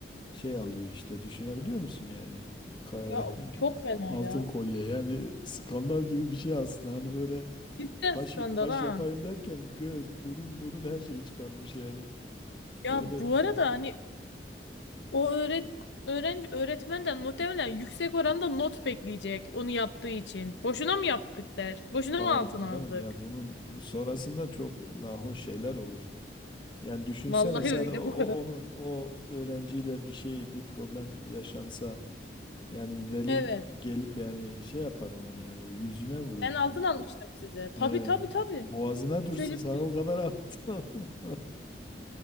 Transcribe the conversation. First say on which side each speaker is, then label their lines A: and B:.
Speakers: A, on the left; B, on the left.
A: şey alıyor işte düşünebiliyor musun yani Ka-
B: Ya çok
A: <laughs>
B: fena
A: altın
B: ya.
A: kolye yani skandal gibi bir şey aslında hani böyle
B: Cidden
A: kaş
B: skandal
A: kaş
B: ha.
A: yapayım derken göz burun murun her şeyi çıkarmış yani
B: Ya
A: öyle
B: bu arada
A: durum.
B: hani o öğren öğrenci öğretmenden muhtemelen yüksek oranda not bekleyecek onu yaptığı için. Boşuna mı yaptık der? Boşuna
A: Tabii
B: mı altın
A: canım
B: aldık?
A: ya bunun sonrasında çok nahoş şeyler olur. Yani düşünsene
B: Vallahi
A: sen
B: öyle
A: o, o-
B: bu arada.
A: onun o öğrenciyle bir şey bir problem yaşansa yani veli
B: Evet.
A: gelip yani şey yapar onu yani yüzüne vurur
B: Ben
A: yani.
B: altın almıştım size.
A: He.
B: Tabii tabii tabii.
A: Boğazına dursun
B: Hiç öyle
A: sana
B: bir-
A: o kadar altın aldım. <laughs>